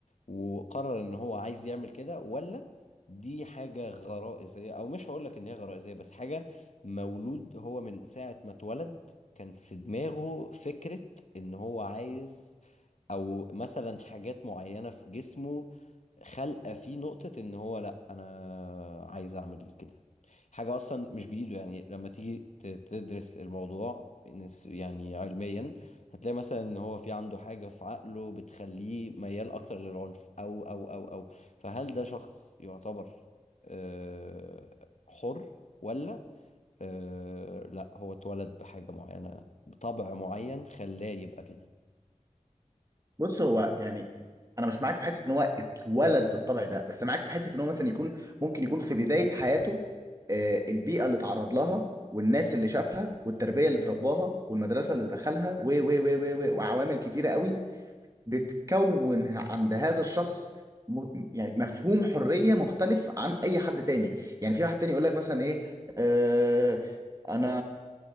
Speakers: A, on the left (about 60°); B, on the right (about 25°).
A: وقرر ان هو عايز يعمل كده ولا دي حاجة غرائزية او مش هقول لك ان هي غرائزية بس حاجة مولود هو من ساعة ما اتولد كان في دماغه فكرة ان هو عايز او مثلا حاجات معينة في جسمه خلقة فيه نقطة ان هو لا انا عايز اعمل كده حاجة اصلا مش بايده يعني لما تيجي ت- تدرس الموضوع نس- يعني علميا هتلاقي مثلا ان هو في عنده حاجة في عقله بتخليه ميال اكتر للعنف او او او او فهل ده شخص يعتبر آه، حر ولا آه، لا هو اتولد بحاجة معينة بطبع معين خلاه يبقى كده
B: بص هو يعني أنا مش معاك في حتة إن هو اتولد بالطبع ده بس معاك في حتة إن هو مثلا يكون ممكن يكون في بداية حياته آه، البيئة اللي اتعرض لها والناس اللي شافها والتربية اللي اترباها والمدرسة اللي دخلها و و و و و- وعوامل كتيرة قوي بتكون عند هذا الشخص م... يعني مفهوم حرية مختلف عن أي حد تاني يعني في واحد تاني يقول لك مثلا إيه آه... أنا